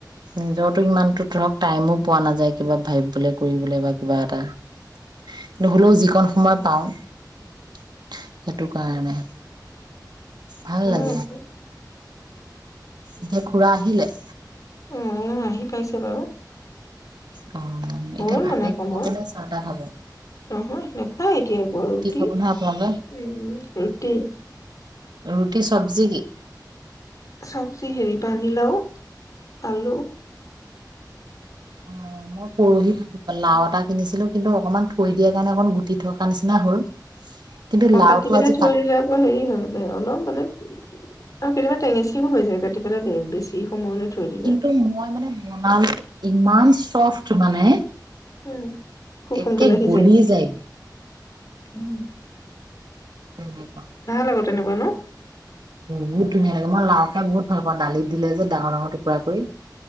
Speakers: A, on the right (about 75°); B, on the left (about 50°).
A: নিজৰতো ইমানতো ধৰক টাইমো পোৱা নাযায় কিবা ভাবিবলৈ কৰিবলৈ বা কিবা এটা কিন্তু হ'লেও যিকণ সময় পাও সেইটো কাৰণে ভাল
B: হয়
A: লাগে
B: আকৌ
A: এতিয়া খুৰা আহিলে?
B: অ এ আহি পাইছে বাৰু
A: অ এতিয়া
B: হল
A: ভাতে
B: মানে সময়
A: খাব নে চাহ তাহ খাব?
B: নহয় নেখায় এতিয়া আৰু একো ৰুটি
A: খাব নহয় আপোনালোকে
B: উ ৰুটি
A: ৰুটি চব্জি কি?
B: চব্জি হেৰি পানী লাও আলু
A: উম মই পৰহি লাও এটা কিনিছিলো কিন্তু অকণমান থৈ দিয়া কাৰণে অকণ গুটি থকা নিচিনা হ'ল কিন্তু
B: অ
A: লাওটো
B: কাটি পিনে
A: আজি
B: থৈ
A: কাট
B: দিলে আকৌ হেৰি হয় অলপ মানে অ কেতিয়াবা টেঙেচিও হৈ যায় পেলাই বেছি সময়লৈ থৈ দিলে
A: কিন্তু মই মানে বনালো ইমান চফ্ট মানে
B: উম খুব সোনকালে
A: একে
B: সিজে
A: গলি যায়
B: উম
A: ততি হা
B: ভাল আকৌ তেনেকুৱা ন
A: বহুত ধুনীয়া লাগে মই লাও খাই বহুত ভাল পাওঁ দালি দিলে যে ডঙৰ ডঙৰ টুকুৰা কৰি